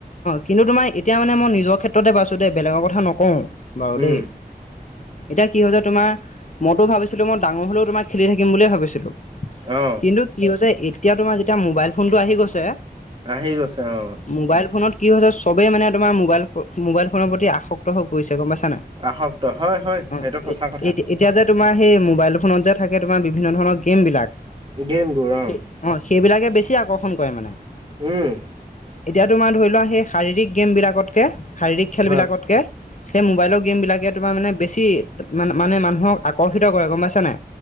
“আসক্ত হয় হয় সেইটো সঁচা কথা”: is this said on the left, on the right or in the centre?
Right